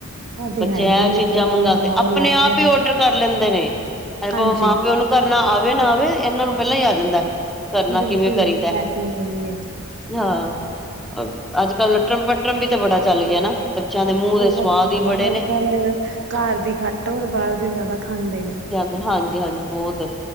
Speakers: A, on the right (about 55°); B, in the centre.
A: ਉਹ ਤੇ
B: ਬੱਚੇ
A: ਹੈ ਹੀ
B: ਇਹ
A: ਹੈ ਨਹੀਂ
B: ਚੀਜ਼ਾਂ
A: ਤੇ ਪਹਿਲੇ
B: ਮੰਗਉਂਦੇ
A: ਜਾਓ
B: ਆਪਣੇ-ਆਪ
A: ਲੈ ਕੇ ਆਓ
B: ਹੀ ਔਡਰ ਕਰ ਲੈਂਦੇ ਨੇ, ਅੱਜ-ਕੱਲ
A: ਹਾਂਜੀ
B: ਉਹ ਮਾਂ-ਪਿਓ ਨੂੰ ਕਰਨਾ ਆਵੇ ਨਾ ਆਵੇ ਇਹਨਾਂ ਨੂੰ ਪਹਿਲਾਂ ਹੀ ਆ ਜਾਂਦਾ ਕਰਨਾ
A: ਬਿਲਕੁਲ
B: ਕਿਵੇਂ ਕਰੀਦਾ।
A: ਇਹ ਤੇ ਹੈ ਹੀ ਹੈ
B: ਹਾਂ, ਅੱਜ-ਕੱਲ ਲਟਰਮ-ਪਟਰਮ ਵੀ ਤੇ ਬੜਾ ਚੱਲ ਗਿਆ ਨਾ। ਬੱਚਿਆਂ ਦੇ ਮੂੰਹ
A: ਬਹੁਤ
B: ਦੇ ਸਵਾਦ
A: ਜ਼ਿਆਦਾ
B: ਹੀ ਬੜੇ
A: ਅੱਜ-ਕੱਲ
B: ਨੇ
A: ਘਰ ਦੀ ਘੱਟ ਔਰ ਬਾਹਰ ਦੀ ਜ਼ਿਆਦਾ ਖਾਂਦੇ ਨੇ।
B: ਹਾਂਜੀ-ਹਾਂਜੀ, ਬਹੁਤ